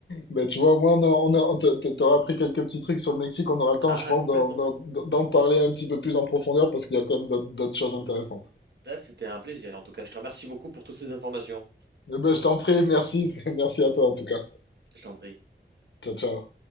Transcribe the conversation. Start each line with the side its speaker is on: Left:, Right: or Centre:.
Left: Ben, tu vois, au moins, on a, on a- on t'a- t'a- t'auras appris quelques petits trucs sur le Mexique. On aura le temps,
Right: Ah,
Left: je pense,
Right: complètement.
Left: d'en d'en- d'en parler un petit peu plus en profondeur parce qu'il y a quand même d'autres d'autres choses intéressantes.
Right: Là, c'était un plaisir. En tout cas, je te remercie beaucoup pour toutes ces informations.
Left: Eh ben, je t'en prie, merci, <laughs> merci à toi en tout cas.
Right: Je t'en prie.
Left: Ciao, ciao.